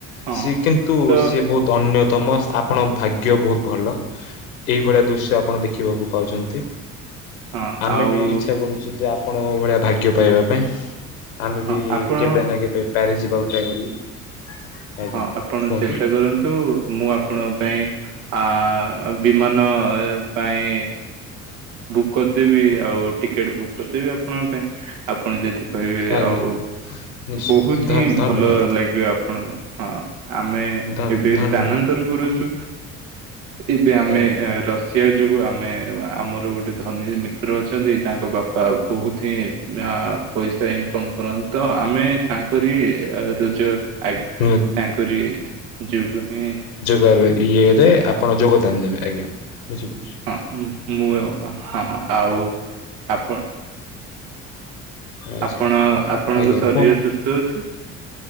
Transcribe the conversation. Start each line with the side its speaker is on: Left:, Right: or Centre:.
Right: ହଁ
Left: ସିଏ କିନ୍ତୁ
Right: ତ
Left: ସିଏ ବହୁତ ଅନ୍ୟତମ ଆପଣଙ୍କ ଭାଗ୍ୟ ବହୁତ ଭଲ ଏହିଇଭଳିଆ ଦୃଶ୍ୟ ଆପଣ ଦେଖିବାକୁ ପାଉଛନ୍ତି।
Right: ହଁ
Left: ଆମେ
Right: ଆଉ
Left: ବି ଇଛା କରୁ ଯେ ଆପଣଙ୍କ ଭଳିଆ ଭାଗ୍ୟ ପାଇବା ପାଇଁ ଆମେ
Right: ହଁ
Left: ବି
Right: ଆପଣ
Left: କେବେ ନା କେବେ ପ୍ୟାରିସ ଯିବାକୁ ଟ୍ରାଏ କରିବୁ। ଆଜ୍ଞା
Right: ହଁ ଆପଣ
Left: କୁହନ୍ତୁ
Right: ଚେଷ୍ଟା କରନ୍ତୁ, ମୁଁ ଆପଣଙ୍କ ପାଇଁ ଆ ବିମାନ ପାଇଁ ବୁକ୍ କରିଦେବି, ଆଉ ଟିକେଟ ବୁକ୍ କରିଦେବି ଆପଣଙ୍କ ପାଇଁ। ଆପଣ ଯଦି କହିବେ
Left: ଆଜ୍ଞା
Right: ଆଉ
Left: ନିଶ୍ଚୟ
Right: ବହୁତ ହିଁ
Left: ଧନ୍ୟବାଦ
Right: ଭଲ ଲାଗିବ, ଆପଣ ହଁ ଆମେ
Left: ଧନ୍ୟ
Right: ଏବେ
Left: ଧନ୍ୟ
Right: ସ୍ଥାନାନ୍ତର କରୁଛୁ। ଏବେ
Left: ଆଜ୍ଞା
Right: ଆମେ ରଷିଆ ଯିବୁ ଆମେ ଆମର ଗୋ ଗୋଟେ ଧନୀ ମିତ୍ର ଅଛନ୍ତି, ତାଙ୍କ ବାପା ବହୁତ ହିଁ ପଇସା ଇନକମ୍ କରନ୍ତି ତ ଆମେ ତାଙ୍କରି ରୋଜଗାର ଆ
Left: <unintelligible>
Right: ତାଙ୍କରି ଯୋଗୁ ହିଁ
Left: ଗାର ଇଏରେ ଆପଣ ଯୋଗଦାନ ଦେବେ ଆଜ୍ଞା। ଯୋ ବୁଝିପଛି।
Right: ହଁ ମୁଁ ହଁ ଆଉ ଆପଣ
Left: ଆଚ୍ଛା
Right: ଆପଣ ଆପଣଙ୍କ
Left: ଆଜ୍ଞା
Right: ଶରୀର
Left: କୁହନ୍ତୁ।
Right: ସୁସ୍ଥ ଅଛି?